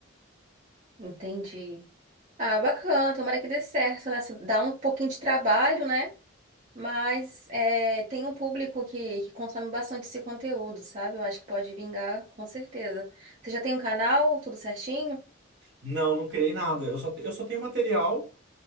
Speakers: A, on the right; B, on the right.
A: Entendi. Ah, bacana. Tomara que dê certo, né? Dá um pouquinho de trabalho, né? Mas é, tem um público que, que consome bastante esse conteúdo, sabe? Eu acho que pode vingar, com certeza. Você já tem um canal, tudo certinho?
B: Não, não criei nada. Eu só, te- eu só tenho material